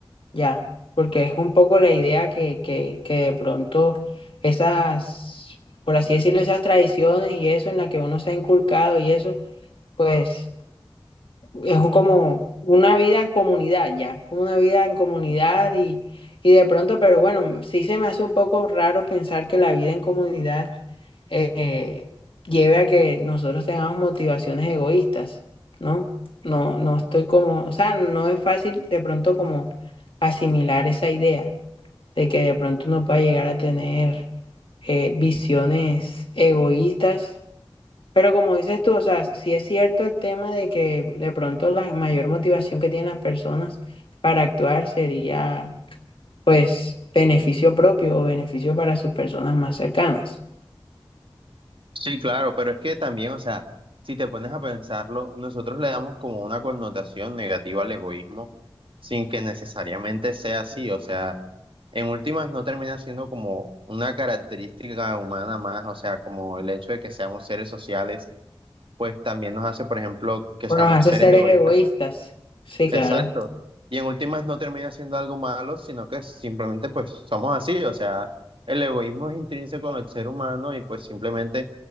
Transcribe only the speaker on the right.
Sí, claro, pero es que también, o sea, si te pones a pensarlo, nosotros le damos como una connotación negativa al egoísmo sin que necesariamente sea así, o sea, en últimas no termina siendo como una característica humana más, o sea, como el hecho de que seamos seres sociales, pues también nos hace, por ejemplo, que
seamos
seres
egoístas.
Exacto. Y en últimas no termina siendo algo malo, sino que simplemente pues somos así. O sea, el egoísmo es intrínseco en el ser humano y pues simplemente